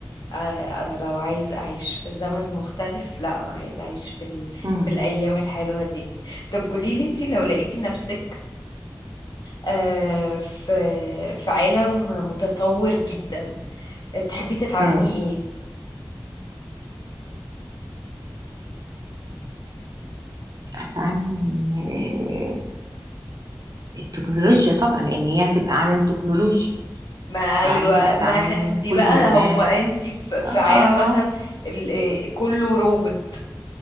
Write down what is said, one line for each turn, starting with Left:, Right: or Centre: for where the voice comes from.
Left: آه، أنا لو عايز أعيش في زمن مختلف لا أنا عايز أعيش في ال...
Right: امم
Left: في الأيام الحلوة دي طب قوليلي انتي لو لقيتي نفسك آه، في في عالم متطور جدا تحبي تتعلمي
Right: امم
Left: ايه
Right: اتعلم آه، التكنولوجيا طبعا لان هي هتبقى عالم تكنولوجي
Left: ما
Right: فعايزه
Left: ايوه
Right: اتعلم
Left: ما هنسي
Right: كل
Left: بقى
Right: ما
Left: هو انت في في
Right: اه
Left: عالم
Right: آه، آه.
Left: مثلا ال- آه، كله روبوت